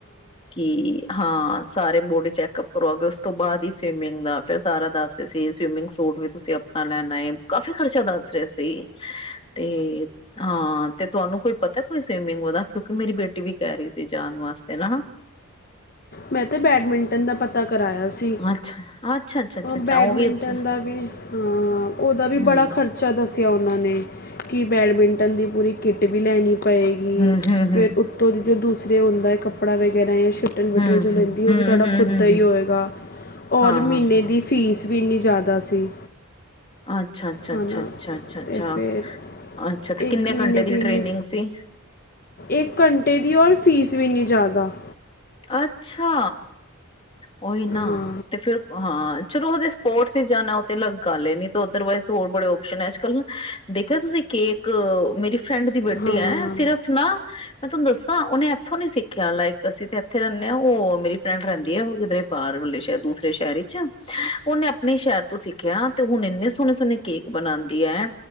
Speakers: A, on the left; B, on the left.
A: ਕੀ ਹਾਂ ਸਾਰੇ ਬੋਡੀ ਚੈੱਕ ਅਪ ਕਰਾਓਗੇ, ਉਸ ਤੋਂ ਬਾਅਦ ਹੀ ਸਵੀਮਿੰਗ ਦਾ ਫਿਰ ਸਾਰਾ ਦਸਦੇ ਸੀ ਕੀ ਸਵਿਮਿੰਗ ਸੂਟ ਆਪਣਾ ਲੈਣਾ ਏ ਕਾਫੀ ਖਰਚਾ ਦੱਸ ਰਹੇ ਸੀ ਤੇ ਹਾਂ, ਤੇ ਤੁਹਾਨੂੰ ਕੋਈ ਪਤਾ ਕੋਈ ਸਵੀਮਿੰਗ ਉਹਦਾ ਕਿਉਂਕਿ ਮੇਰੀ ਬੇਟੀ ਵੀ ਕਹਿ ਰਹੀ ਸੀ ਜਾਣ ਵਾਸਤੇ ਨਾ
B: ਮੈਂ ਤੇ ਬੈਡਮਿੰਟਨ ਦਾ ਪਤਾ ਕਰਾਇਆ ਸੀ
A: ਅੱਛਾ ਅੱਛਾ ਅੱਛਾ ਅੱਛਾ ਅੱਛਾ
B: ਬੈਡਮਿੰਟਨ
A: ਉਹ ਵੀ ਅੱਛਾ
B: ਦਾ ਵੀ ਹਾਂ ਉਹਦਾ ਵੀ
A: ਹਮ
B: ਬੜਾ ਖਰਚਾ ਦੱਸਿਆ ਉਹ ਉਹਨਾਂ ਨੇ ਕੀ ਬੈਡਮਿੰਟਨ ਦੀ ਪੂਰੀ ਕਿੱਟ ਵੀ ਲੈਣੀ ਪਏਗੀ
A: ਹਮ ਹਮ
B: ਫਿਰ ਉੱਤੋਂ ਦੀ ਜੋ ਦੂਸਰੇ ਹੁੰਦਾ ਹੈ ਕੱਪੜਾ ਵਗੈਰਾ ਜਾਂ ਸ਼ਟ ਉਹ
A: ਹਮ
B: ਜੋ
A: ਹਮ
B: ਵੀ
A: ਹਮ
B: ਲੈਂਦੀ
A: ਹਮ
B: ਹੋਵੇ ਓਹ ਤੁਹਾਡਾ
A: ਹਮ ਹਮ
B: ਖੁਦ ਦਾ ਈ
A: ਹਮ
B: ਹੋਏਗਾ ਔਰ
A: ਹਾਂ
B: ਮਹੀਨੇ
A: ਹਾਂ ਹਾਂ
B: ਦੀ ਫੀਸ ਵੀਨੀ ਜ਼ਾਦਾ ਸੀ।
A: ਅੱਛਾ- ਅੱਛਾ,
B: ਹੈ
A: ਅੱਛਾ-
B: ਨਾ
A: ਅੱਛਾ,
B: ਅਤੇ
A: ਅੱਛਾ- ਅੱਛਾ,
B: ਫਿਰ
A: ਆ ਤੇ ਕਿੰਨੇ
B: ਇੱਕ ਮਹੀਨੇ
A: ਘੰਟੇੇ ਦੀ ਟਰੇਨਿੰਗ
B: ਇੰਨੀ
A: ਸੀ।
B: ਇੱਕ ਘੰਟੇ ਦੀ ਔਰ ਫੀਸ ਵੀ ਨੀ ਜ਼ਿਆਦਾ -
A: ਅੱਛਾ, ਉਹੀ ਨਾ
B: ਹਾਂ
A: ਤੇ ਫਿਰ ਹਾਂ ਚਲੋ ਉਹਦੇ ਸਪੋਰਟਸ ਚ ਜਾਣਾ ਉਹ ਤੇ ਅਲੱਗ ਗੱਲ ਹੈ ਨੀ ਤੋ ਅਦਰਵਾਈਜ ਹੋਰ ਬੜੇ ਆਪਸ਼ਨ ਆ ਅੱਜ ਕੱਲ ਨਾ ਦੇਖਿਆ ਤੁਸੀਂ ਕੇਕ ਮੇਰੀ ਫਰੈਂਡ ਦੀ ਬਰਡੇ
B: ਹਾਂ ਹਾਂ
A: ਐ ਸਿਰਫ ਨਾ ਤੁਹਾਨੂੰ ਮੈਂ ਦੱਸਾਂ ਓਹਨੇ ਇੱਥੋਂ ਨੀ ਸਿੱਖਿਆ ਲਾਇਕ ਅਸੀਂ ਤਾਂ ਜਿੱਥੇ ਰਹਿਨੇ ਆ ਉਹ ਮੇਰੀ ਫਰੈਂਡ ਰਹਿੰਦੀ ਐ ਓਹ ਕਿਤੇ ਬਾਹਰ ਵਾਲੀ ਦੂਸਰੇ ਸ਼ਹਿਰ ਵਿੱਚ ਉਹਨੇ ਆਪਣੇ ਸ਼ਹਿਰ ਚੋ ਸਿੱਖਿਆ ਹੁਣ ਇਨੇ ਸੋਹਣੇ ਸੋਹਣੇ ਕੇਕ ਬਣਾਉਂਦੀ ਹੈ